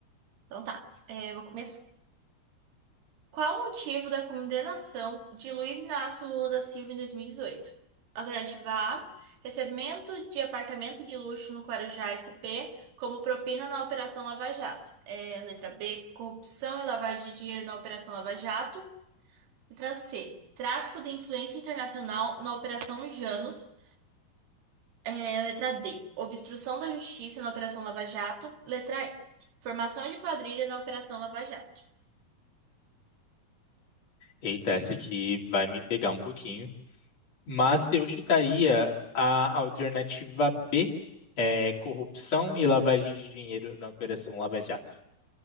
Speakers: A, on the right; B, on the left.
A: Então tá, é, vou começar. Qual o motivo da condenação de Luiz Inácio Lula da Silva em 2018? Alternativa A: recebimento de apartamento de luxo no Guarujá SP como propina na Operação Lava Jato. É, letra B: corrupção e lavagem de dinheiro na Operação Lava Jato. Letra C: tráfico de influência internacional na Operação Janos. É, letra D: obstrução da justiça na Operação Lava Jato. Letra E: formação de quadrilha na Operação Lava Jato.
B: Eita, essa aqui vai me pegar um pouquinho. Mas eu chutaria a alternativa B, é, corrupção e lavagem de dinheiro na Operação Lava Jato.